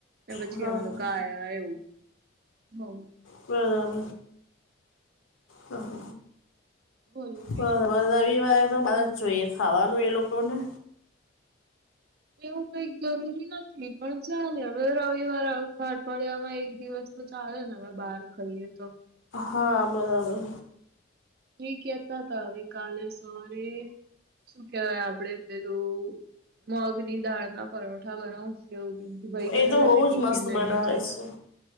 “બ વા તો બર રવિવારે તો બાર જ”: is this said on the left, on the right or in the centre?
Left